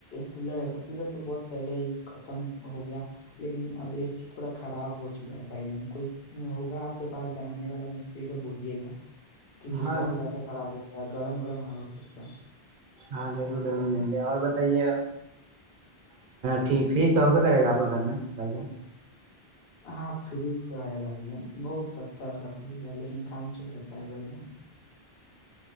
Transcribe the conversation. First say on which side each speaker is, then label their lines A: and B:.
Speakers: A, on the left; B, on the right.
A: کولر ہے تو کولر تو بہت پہلے ہی ختم ہو گیا لیکن اب اے سی تھوڑا خراب ہو چکا ہے بھائی جان کوئی ہوگا آپ کے پاس بنانے والا مستری تو بولیے گا کیونکہ
B: ہاں
A: بہت زیادہ خراب ہو گرم گرم ہوا خھرتا ہے
B: ہاں ضرور ضرور لیں گے اور ب یہ ٹھیک فیس تو روپے کرے گا آپ کو گھر میں بھائی جان
A: ہاں فریج تو ہے بھائی جان بہت سستا والا فریج ہے لیکن کام چل جاتا ہے بھائی جان